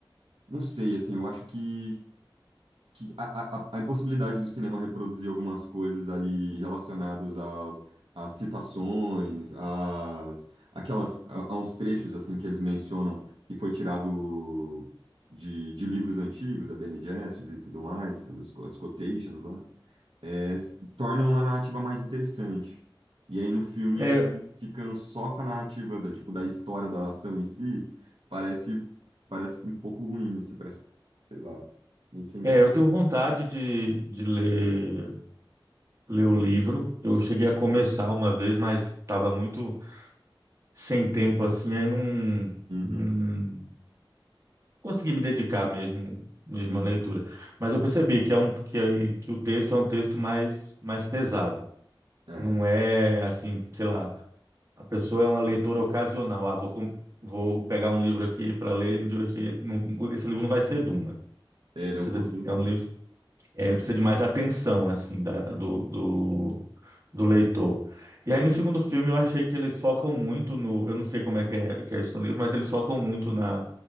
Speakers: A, on the right; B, on the right.
A: não sei, assim, eu acho que que a, a, a impossibilidade do cinema reproduzir algumas coisas ali relacionadas aos, às citações, às, aquelas, a, a uns trechos assim que eles mencionam que foi tirado de, de livros antigos, da Bene Gesserit e tudo mais, as, co- as quotations lá, é, s- tornam a narrativa mais interessante. E aí no filme,
B: É,
A: ficando só com a narrativa da, tipo, da história da ação em si, parece, parece um pouco ruim, assim, parece, sei lá, meio sem
B: é,
A: graça.
B: eu tenho vontade de, de ler, ler o livro. Eu cheguei a começar uma vez, mas estava muito sem tempo assim, aí não,
A: Uhum,
B: não consegui me dedicar mesmo, mesmo
A: uhum.
B: à leitura. Mas eu percebi que é um que, é- que o texto é um texto mais mais pesado.
A: É,
B: Não é assim, sei lá, a pessoa é uma leitora ocasional. Ah, vou com- vou pegar um livro aqui para ler, me divertir. Não- esse livro não vai ser Duna.
A: ele
B: Precisa
A: é um pouquinho
B: de, é
A: dele.
B: um livro, é,
A: né?
B: ele precisa de mais atenção assim da, do,
A: Uhum,
B: do do leitor. E aí no segundo filme eu achei que eles focam muito no, eu não sei como é que é, que é isso no livro, mas eles focam muito na,